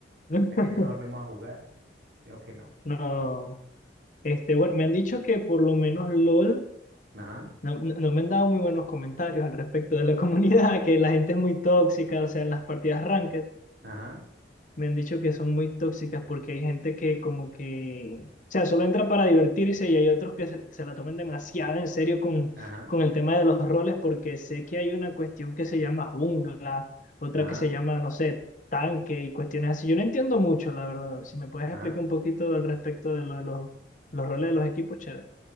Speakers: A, on the left; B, on the right.
A: <laughs>
B: ya que ya no volvemos a jugar. Me dijo que no.
A: No, este, bueno, me han dicho que por lo menos LOL
B: Ajá,
A: No, no- no me han dado muy buenos comentarios al respecto de la comunidad, <laughs> que la gente es muy tóxica, o sea, en las partidas ranked
B: ajá,
A: me han dicho que son muy tóxicas porque hay gente que como que, o sea, solo entra para divertirse y hay otros que se, se la toman demasiado en serio con,
B: ajá,
A: con el tema de los roles porque sé que hay una cuestión que se llama jungla, otra
B: ajá.
A: que se llama, no sé, tanque y cuestiones así. Yo no entiendo mucho, la verdad. Si me puedes
B: Ajá.
A: explicar un poquito al respecto de lo de los, los roles de los equipos, chévere.